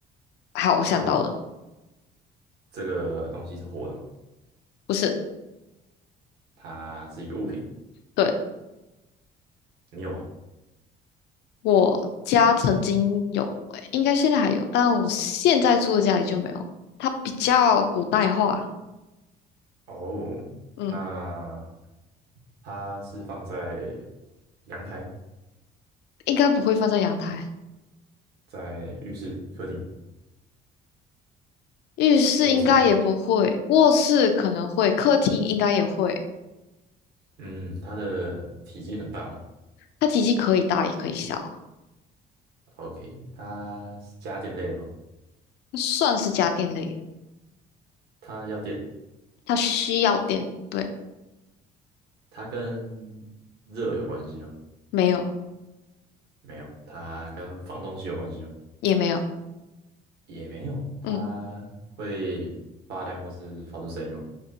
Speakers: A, on the left; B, on the right.
A: 好，我想到了，
B: 好，这个东西是活的嘛？
A: 不是，
B: 它是一个物品，
A: 对，
B: 你有吗？
A: 我家曾经有，诶应该现在还有，但我现在住的家里就没有。它比较古代化，
B: 哦，
A: 嗯，
B: 那它是放在阳台、
A: 应该不会放在阳台，
B: 在浴室、客厅、
A: 浴室应该也不会，
B: 卧室。
A: 卧室可能会，客厅应该也会。
B: 嗯，它的体积很大吗
A: 它体积可以大也可以小，
B: ？OK，它是家电类的吗？
A: 它算是家电类的，
B: 它要电，
A: 它需要电，对，
B: 它跟热有关系吗？
A: 没有。
B: 没有，它跟放东西有关系吗？
A: 也没有，
B: 也没有，它会发亮或是发出声音吗？
A: 嗯，